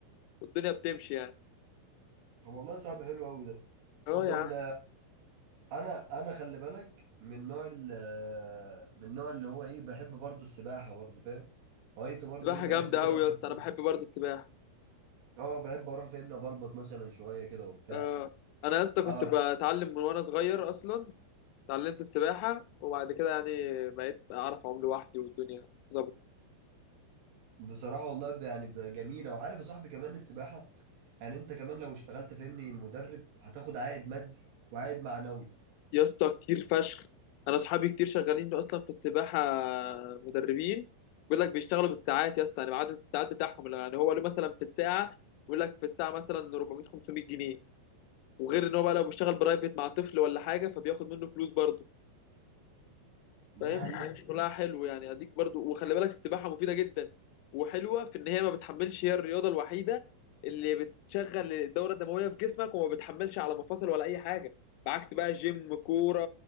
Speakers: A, on the left; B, on the right.
A: والدنيا بتمشي يعني
B: طب والله صعب حلو قوي ده
A: اه
B: طب
A: يا
B: ال
A: عم
B: انا انا خلي بالك من نوع ال من النوع اللي هو ايه بحب برضو السباحه برضو فاهم هوايتي برضو
A: سباحة
B: ايه بحب
A: جامدة
B: كده
A: أوي
B: أروح-
A: يا اسطى
B: فين؟
A: أنا بحب برضه السباحة
B: اه بحب اروح فاهمني بلبط مثلا شويه كده وبتاع
A: اه أنا يا اسطى كنت
B: اه
A: بتعلم من وأنا صغير أصلا اتعلمت السباحة وبعد كده يعني بقيت أعرف أعوم لوحدي والدنيا ظبط
B: بصراحه والله ب- يعني ب- جميله وعارف يا صاحبي كمان السباحه يعني انت كمان لو اشتغلت فاهمني مدرب هتاخد عائد مادي وعائد معنوي
A: يا اسطى كتير فشخ أنا أصحابي كتير شغالين أصلا في السباحة مدربين بيقول لك بيشتغلوا بالساعات يا اسطى يعني بعدد الساعات بتاعهم يعني هو له مثلا في الساعة بيقول لك في الساعة مثلا 400 500 جنيه وغير ان هو بقى لو بيشتغل برايفت مع طفل ولا حاجه فبياخد منه فلوس برضه فاهم
B: دي حقيقه
A: دي مش حقيقة كلها حلو يعني اديك برضه وخلي بالك السباحه مفيده جدا وحلوه في ان هي ما بتحملش هي الرياضه الوحيده اللي بتشغل الدوره الدمويه في جسمك وما بتحملش على مفاصل ولا اي حاجه بعكس بقى جيم كوره